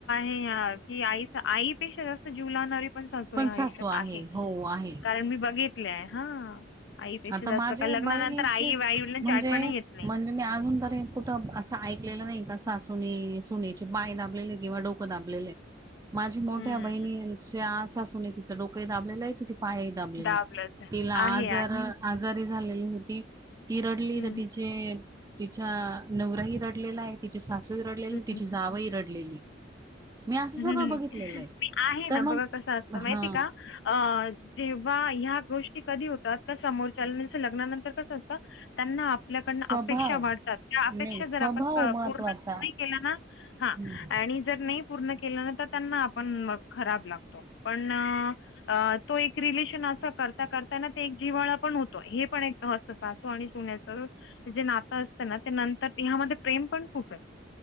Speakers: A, on the left; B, on the right.
A: नाही या <unintelligible> की आई आईपेक्षा जास्त जीव लाहणारी पण सजू या आयुष्यात
B: सासू
A: आहे,
B: हो आहे
A: कारण मी बघित हा आईपेक्षा
B: आता
A: जास्त
B: माझे
A: का लग्नानंतर
B: बहिणीचीच
A: आई आई वडलांची
B: म्हणजे
A: आठवण येत नाही.
B: म्हणजे मी अजून तरी कुठं असं ऐकलेलं नाही का सासुने सुनेचे बाय दाबलेले किंवा डोकं दाबलेले. माझी मोठ्या
A: हं.
B: बहिणींच्या सासुून तिचं डोकं दाबलेलं आहे तिची पाय दाबलेले
A: दाबलंच
B: तिला
A: आहे,
B: जर
A: आहे.
B: आजारी झाली होती ती रडली.
A: हं, हं.
B: त तिच्या नवराही रडलेला आहे तिची सासू रडलेली
A: हं.
B: तिची जावई रडलेली. मी असं सगळं
A: हम्
B: बघितलेलं
A: आहे
B: तर
A: ना
B: मग
A: बघा कसं असतं माहिती
B: हा
A: का अ जेव्हा ह्या गोष्टी कधी होतात का समोरच्याल लग्नानंतर कसं असतं त्यांना आपल्याकडन
B: स्वभाव
A: अपेक्षा वाढतात त्या अपेक्षा
B: नाही स्वभाव
A: जर आपण पूर्ण
B: महत्त्वाचा.
A: नाही केल्या ना हा
B: हम्म
A: आणि जर नाही पूर्ण केलं ना तर त्यांना आपण खराब लागतो. पण, अ तो एक रिलेशन असं करता करताना ते एक जिवाळा पण होतो हे पण एक हत अस असो आणि सुन े ना असत ना नंतरमध्ये प्रेम पण खूप हाय.